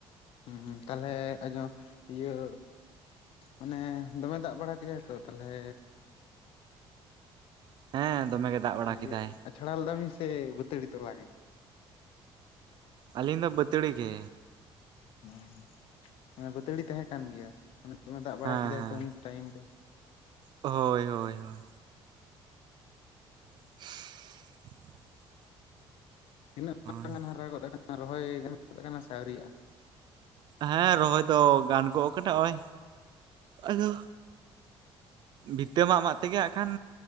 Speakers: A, on the left (about 70°); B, on the right (about 50°).
A: ᱦᱩᱸ ᱛᱟᱞᱦᱮ ᱟᱡᱚᱢ ᱤᱭᱟᱹ ᱢᱟᱱᱮ ᱫᱚᱢᱮ ᱫᱟᱜ ᱵᱟᱲᱟ ᱠᱮᱫᱟᱭ ᱛᱚ ᱛᱟᱞᱦᱮ
B: ᱦᱮᱸ ᱫᱚᱢᱮ ᱜᱮ ᱫᱟᱜ ᱵᱟᱲᱟ
A: ᱤᱭᱟᱹ
B: ᱠᱮᱫᱟᱭ᱾
A: ᱟᱪᱷᱲᱟ ᱞᱮᱫᱟ ᱵᱤᱱ ᱥᱮ ᱵᱟᱹᱛᱟᱹᱤᱲ ᱛᱚᱞᱟ ᱜᱮ?
B: ᱟᱞᱤᱧ ᱫᱚ ᱵᱟᱹᱛᱟᱹᱲᱤ ᱜᱮ᱾
A: ᱦᱮᱸ, ᱢᱟᱱᱮ ᱵᱟᱹᱛᱟᱹᱲᱤ ᱛᱟᱦᱮᱸ ᱠᱟᱱ ᱜᱮᱭᱟ <inaudible> ᱫᱟᱜ ᱵᱟᱲᱟ
B: ᱦᱮᱸ
A: ᱠᱮᱫᱟᱭ
B: ᱦᱮᱸ
A: ᱛᱚ ᱩᱱ ᱴᱟᱭᱤᱢ ᱨᱮ᱾
B: ᱦᱳᱭ ᱦᱳᱭ ᱦᱳᱭ᱾ <inaudible>
A: <inaudible>
B: ᱳᱭ
A: ᱦᱟᱨᱟ ᱜᱚᱫ ᱠᱟᱱᱟ ᱨᱚᱦᱚᱭ ᱜᱟᱱ ᱜᱚᱫ ᱠᱟᱱᱟ ᱥᱮ ᱟᱣᱨᱤᱭᱟᱜᱼᱟ?
B: ᱦᱮᱸ ᱨᱚᱦᱚᱭ ᱫᱚ ᱜᱟᱱ ᱜᱚᱜ ᱠᱟᱱᱟ ᱦᱚᱸᱜ-ᱚᱭ ᱟᱫᱚ ᱵᱷᱤᱛᱟᱹ ᱢᱟᱜ ᱢᱟᱜ ᱛᱮᱜᱮ ᱦᱟᱸᱜ ᱠᱷᱟᱱ